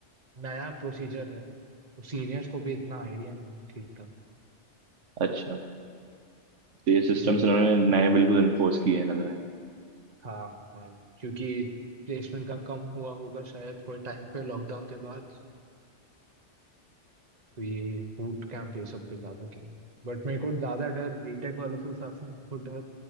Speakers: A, on the right; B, on the right.
A: नया प्रोसीजर है तो सीनियर्स को भी इतना आइडिया नहीं है ठीक था
B: अच्छा तो ये सिस्टम्स
A: हम्म,
B: इन्होंने नए बिल्कुल इन्फोर्स किए हैं लग रहा है
A: हाँ हाँ क्योंकि प्लेसमेंट का कम हुआ होगा शायद कोई टाइम पे लॉकडाउन के बाद तो ये बूट कैंप ये सब पे ज्यादा किया बट मेरे को ज्यादा डर बीटेक वालों से ज्यादा मेरे को डर